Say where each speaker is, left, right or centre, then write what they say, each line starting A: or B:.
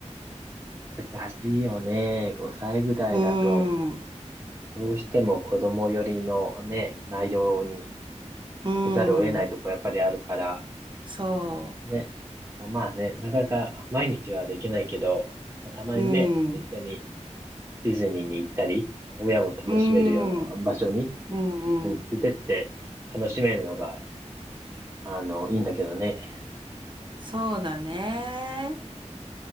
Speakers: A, on the right; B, on the right.
A: 難しいよね。5歳ぐらいだと、
B: うーん、う
A: どうしても子供寄りのね、内容に
B: ーん、
A: せざるを得ないとこやっぱりあるから、
B: そ
A: ね。まあね、なかなか毎日はできないけど、まあたまにね、
B: う、うん、
A: 一緒に
B: う
A: ディズニーに行ったり、親も楽しめるような場所に一緒に連れてって楽しめるのが
B: ーん、うん、うん。
A: あの、いいんだけどね。
B: そうだね。